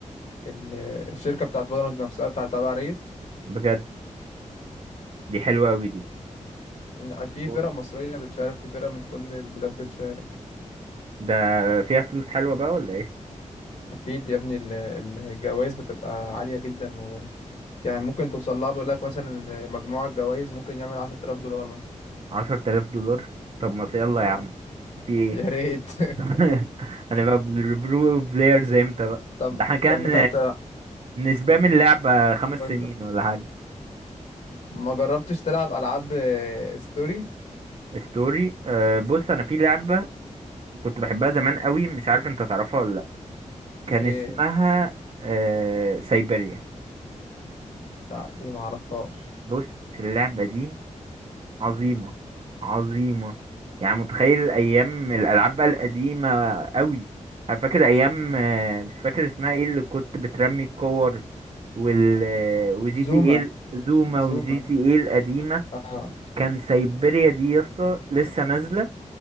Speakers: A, on the left; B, on the right.
A: ال- الشركة بتاعت فالورانت نفسها بتاعت تبع ريت
B: بجد دي حلوة أوي دي
A: إن في
B: و-
A: فرق مصرية بتشارك في فرق من كل البلاد بتشارك
B: ده فيها فلوس حلوة بقى ولا ايه
A: أكيد يا ابني ال- الجوائز بتبقى عالية جدا و... يعني ممكن توصل لها بيقول لك مثلا إن مجموع الجوائز ممكن يعمل 10000 دولار مثلا
B: عشرة آلاف دولار طب ما يلا
A: اه
B: يا عم في ايه
A: يا ريت
B: <laughs>
A: <laughs>
B: هنبقى برو بلايرز امتى بقى
A: طب
B: ده احنا كان
A: طب بتاعت
B: نسبة من اللعبة خمس
A: ما
B: سنين ولا حاجة
A: ما جربتش تلعب ألعاب آه، ستوري
B: ستوري أه بص انا في لعبة كنت بحبها زمان قوي مش عارف انت تعرفها ولا لا كان
A: إيه
B: اسمها أه سايبيريا
A: لا دي ما اعرفهاش
B: بص اللعبة دي عظيمة عظيمة يعني متخيل أيام الألعاب بقى القديمة أوي أنا فاكر أيام آه، مش فاكر اسمها ايه اللي كنت بترمي الكور وال وجي
A: زوما
B: تي ايه زوما وجي
A: زوما
B: تي ايه القديمة
A: اه
B: كان سايبيريا دي يا اسطى لسه نازلة